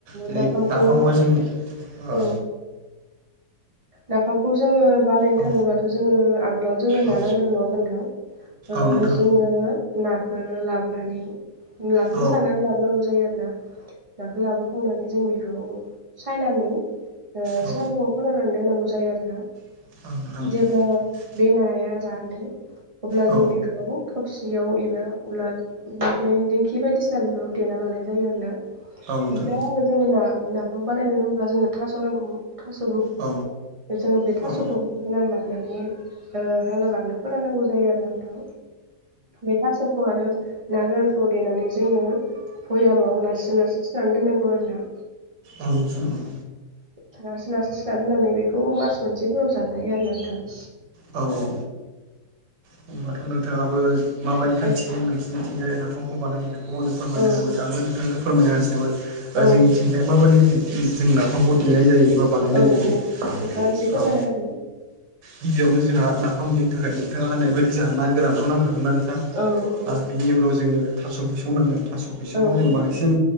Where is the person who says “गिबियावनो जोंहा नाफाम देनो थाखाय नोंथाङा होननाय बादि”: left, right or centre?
Right